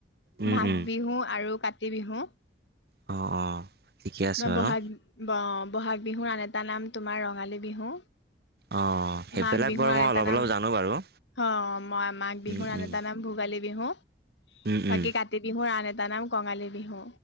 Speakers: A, on the right (about 55°); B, on the left (about 85°).
A: উম,
B: মাঘ
A: উম,
B: বিহু আৰু কাতি বিহু।
A: অ' অ'। ঠিকে আছে
B: মই
A: বাৰু
B: বহাগ বহাগ বিহু আন এটা তটা নাম তোমাৰ ৰঙালী বিহু।
A: অ' সেইবিলাক
B: মাঘ বিহুৰ
A: বাৰু
B: আন
A: মই
B: এটা
A: অলপ
B: নাম
A: অলপ জানো বাৰু।
B: অ' মই মাঘ বিহু
A: উম,
B: নান
A: উম,
B: এটা নাম ভোগালী বিহু।
A: উম,
B: বাকী
A: উম,
B: কাতি বিহুৰ আন এটা নাম কঙালী বিহু।